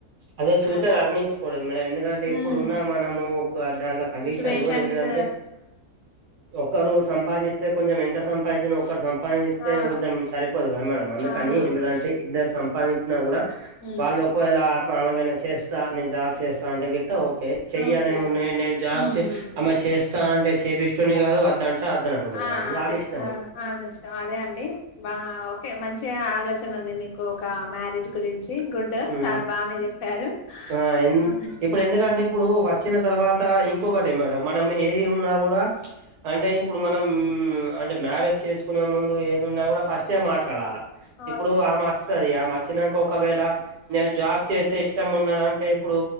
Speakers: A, on the right; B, on the left.
A: అదే ఫ్యూచర్
B: అలా
A: అన్ని చూసుకోవాలి మేడం ఎందుకంటే ఇప్పుడున్న
B: ఉమ్,
A: మనము. ఒక దానిలా కండిషన్
B: సిచ్యువేషన్స్
A: లో ఏంటిదంటే ఒకరు సంపాదిస్త. అయితే కొంచెం ఎంత సంపాదించిన ఒకరు సంపాదిస్తే
B: ఆ
A: కొంచెం సరిపోదు కదా మేడం అందుకని
B: అవును
A: ఏంటిదంటే. ఇద్దరు సంపాదించినా కూడా
B: హ్మ్.
A: వాళ్ళు ఒకవేళ ఆమెగైనా చేస్తా నేను జాబ్ చేస్తా అంటేగి. ఓకే చెయ్య
B: ఓకే
A: నేను
B: అదే
A: నేను జాబ్
B: హ్మ్.
A: చే
B: హ్మ్.
A: అమ్మా చేస్తా అంటే చేపిస్టోని కాదు వద్దంటే. వద్దనటుని
B: ఆహ్
A: కాదు ఇంకా
B: అదే
A: ఆమె ఇష్టం
B: ఆహ్ ఇష్టం అదే అండి బా ఆహ్. ఓకే మంచిగా ఆలోచన ఉంది మీకు ఒక మ్యారేజ్ గురించి. గుడ్
A: ఉమ్
B: సార్ బానే చెప్పారు
A: ఆహ్
B: ఆ
A: ఇప్పుడు ఎందుకంటే. ఇప్పుడు వచ్చిన తర్వాత ఇంకొకటి మేడం మనం. ఏది ఉన్నా కూడా ప్చ్ అంటే ఇప్పుడు మనం అంటే మ్యారేజ్ చేసుకునే ముందు ఏది ఉన్నా కూడా. ఫస్ట్యే మాట్లాడాలి
B: అవును.
A: ఇప్పుడు ఆమె వస్తది ఆమె వచ్చినాక ఒకవేళ. నేను జాబ్ చేసే ఇష్టం ఉన్నది అంటే ఇప్పుడు